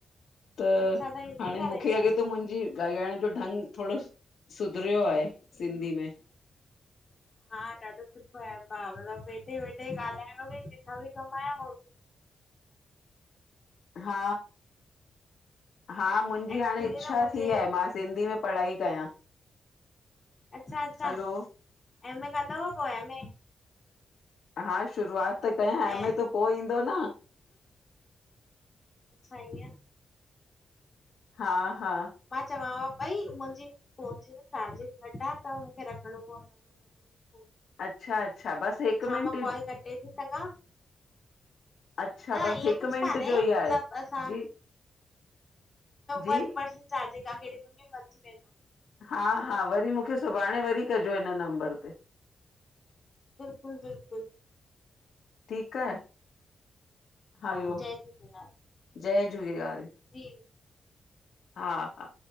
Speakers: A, on the left (about 70°); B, on the left (about 30°).
A: त
B: अच्छा तव्हां हिंदी
A: हाणे
B: ॻाल्हाईंदा
A: मूंखे
B: आहियो
A: लॻे थो मुंहिंजी ॻाल्हाइण जो ढंग थोरो सुधरियो आहे सिंधी में
B: हा ॾाढो सुठो आहे भा मतलब वेठे वेठे ॻाल्हायां बि जिथां बि कमाांया
A: हा हा मुंहिंजी
B: एक्चुली
A: हाणे इच्छा
B: न मुंहिंजे
A: थी आहे मां सिंधी में पढ़ाई कयां
B: अच्छा अच्छा
A: हलो
B: एमए कंदव पोइ एमए
A: हा शुरूआत त कयां अ
B: ऐं
A: में त पोइ ईंदो न
B: अच्छा ईंअ
A: हा हा
B: मां चवांव पई मुंहिंजी फोन जी न चार्जिंग घटि आहे त मूंखे रखिणो पवंदो त
A: अच्छा -अच्छा बसि हिकु मिंट
B: मां कॉल कटे थी सघॻा
A: अच्छा
B: न
A: बसि
B: ईअ
A: हिकु
B: कुझु
A: मिंट
B: कानहे
A: जो
B: मतिलबु
A: ई आहे
B: असां
A: जी जी
B: वन पर चाजे खांम्में बचजी वेंदो
A: हा हा वरी मूंखे सुभाणे वरी कजो हिन नंबर ते
B: बिल्कुलु बिल्कुलु
A: ठीकु आहे हरओम
B: हा जय झूलेलाल
A: जय झूलेलाल
B: जी
A: हा हा